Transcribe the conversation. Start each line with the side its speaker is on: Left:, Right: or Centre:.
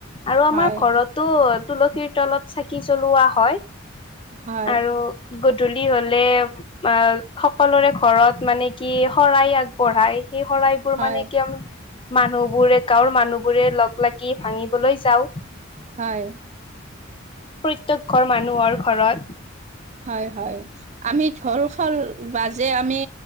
Left: আৰু আমাৰ
Right: হয়
Left: ঘৰতো তুলসীৰ তলত চাকি জ্বলোৱা হয়।
Right: হয়
Left: আৰু গধূলি হ'লে আঁহ', সকলোৰে ঘৰত মানে কি শৰাই আগবঢ়ায়। সেই শৰাইবোৰ
Right: হয়
Left: মানে কিয়নো মানুহবোৰে গাঁৱৰ মানুহবোৰে লগ লাগি ভাঙিবলৈ যাওঁ।
Right: হয়।
Left: প্ৰত্যেক ঘৰ মানুহৰ ঘৰত
Right: হয় হয়। আমি ঢোল খোল বাজে আমি